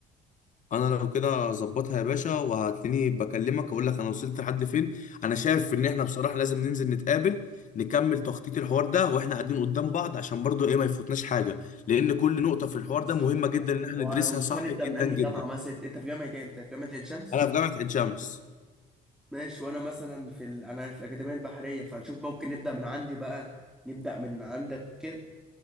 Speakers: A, on the left; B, in the centre.
A: انا لو كده ظبطها يا باشا وهتلاقيني بكلمك اقول لك انا وصلت لحد فين انا شايف ان احنا بصراحه لازم ننزل نتقابل نكمل تخطيط الحوار ده واحنا قاعدين قدام بعض عشان برضو ايه ما يفوتناش حاجه لان كل نقطه في الحوار
B: بالظبط
A: ده مهمه جدا ان احنا
B: ونشوف
A: ندرسها صح
B: هنبدا
A: جدا
B: من انهي
A: جدا
B: جامعه مثلا انت في جامعه ايه انت في جامعه عين شمس
A: انا في جامعه عين شمس
B: ماشي وانا مثلا في ال... انا في الاكاديميه البحريه فهنشوف ممكن نبدا من عندي بقى نبدا من عندك كده